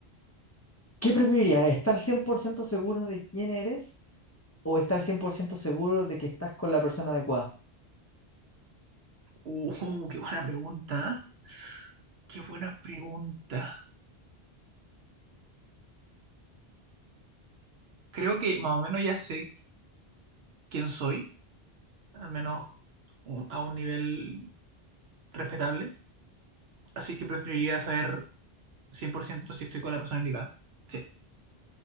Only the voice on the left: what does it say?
¿Qué preferirías? ¿Estar 100% seguro de quién eres o estar 100% seguro de que estás con la persona adecuada?